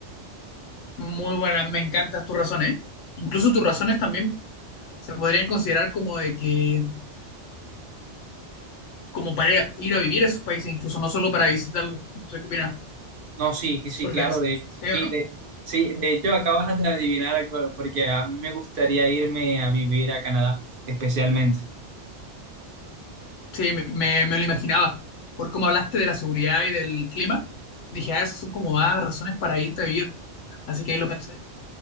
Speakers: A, on the left (about 85°); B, on the right (about 55°).
A: Muy buenas, me encantan tus razones. Incluso tus razones también se podrían considerar como de que, como para ir a vivir a esos países, incluso no solo para visitarlos. No sé qué opinas.
B: No, sí, sí,
A: porque
B: claro,
A: al
B: de,
A: feo,
B: sí,
A: ¿no?
B: de, sí, de hecho acabas de adivinar algo, porque a mí me gustaría irme a vivir a Canadá, especialmente.
A: Sí, me, me- me lo imaginaba. Por cómo hablaste de la seguridad y del clima, dije, ah, esas son como más razones para irte a vivir. Así que ahí lo pensé.